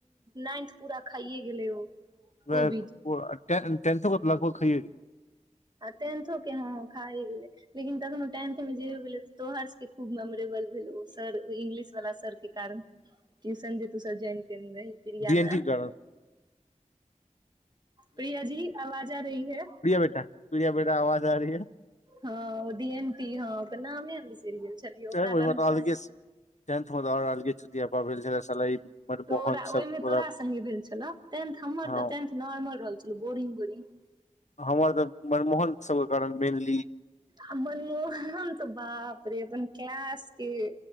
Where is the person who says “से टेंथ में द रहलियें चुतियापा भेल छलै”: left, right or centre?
Left